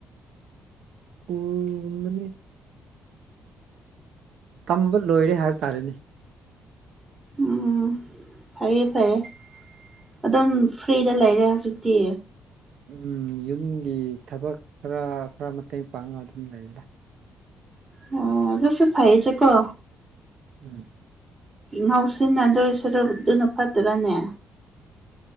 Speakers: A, on the right (about 75°); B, on the right (about 20°).
A: ꯁ꯭ꯀꯨꯜ ꯒꯨꯝꯕꯗꯤ ꯇꯝꯕ ꯂꯣꯏꯔꯦ ꯍꯥꯏꯕ ꯇꯥꯔꯦꯅꯦ
B: ꯎꯝ ꯐꯩꯌꯦ ꯐꯩꯌꯦ ꯑꯗꯨꯝ ꯐ꯭ꯔꯤꯗ ꯂꯩꯔꯦ ꯍꯧꯖꯤꯛꯇꯤ
A: ꯎꯝ ꯌꯨꯝꯒꯤ ꯊꯕꯛ ꯈꯔ ꯈꯔ ꯃꯇꯦꯡ ꯄꯥꯡꯉ ꯑꯗꯨꯝ ꯂꯩꯗ
B: ꯑꯣ ꯑꯗꯨꯁꯨ ꯐꯩꯗ ꯒꯣ
A: ꯎꯝ
B: ꯉꯥꯎꯁꯤꯟꯅꯗꯣꯏ ꯁꯔꯨꯛ ꯑꯗꯨꯅ ꯐꯠꯇ꯭ꯔꯥꯅꯦ